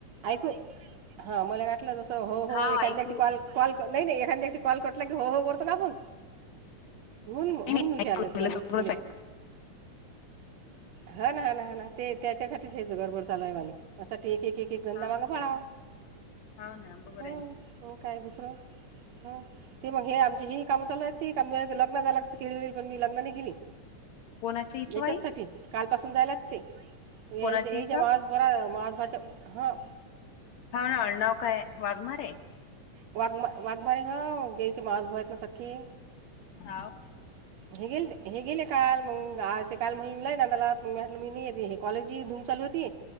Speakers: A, on the right; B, on the left.
A: ऐकू.. हा मला वाटलं जसं हो हो
B: हाव
A: एखाद्या
B: ऐकू येऊ
A: कॉल
B: राहिलं.
A: कॉल नाही नाही. एखाद कॉल कटल की हो हो करतो ना आपण? म्हणून
B: काही नाही
A: विचारलं तुम्हाला
B: मला सगळंच
A: तुले? हा ना हा ना ह ना ते त्याच्यासाठीच हेच गडबड चालू झाली. त्यासाठी एक एक एक एक
B: ऐकू
A: धंदा
B: हा
A: वाला बरा.
B: हाव ना बरोबर
A: ह्म्म
B: आहे ना.
A: काय दुसरं? हम्.. ते मग हे आमची ही कामचालू आहेत. ती का लग्न झाल असत पण मी लग्न नाय केली?
B: कोणाच्या इथं
A: याच्याच
B: बाई?
A: साठी.. काल पासून जायलाच लागते
B: कोणाच्या
A: यायच्या
B: इथं?
A: परा <unintelligible> मस भाज हा.
B: हा हा आडनाव काय वाघमारे?
A: वाघ वाघमारे हा यांचे मावसभाऊ आहे ना सखे?
B: हाव.
A: हे गेल हे गेले काल मग आज ते काल म्हणून नांदाला मी नाई गेले? कॉलेज ही धूम चालू होती.